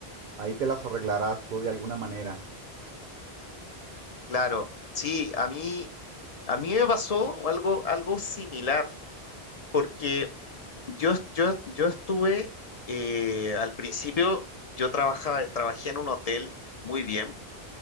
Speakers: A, on the right (about 60°); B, on the left (about 50°).
A: ahí te las arreglarás tú de alguna manera.
B: Claro, sí, a mí, a mí me pasó algo, algo similar porque yo, yo, yo estuve eh, al principio, yo trabajaba, trabajé en un hotel muy bien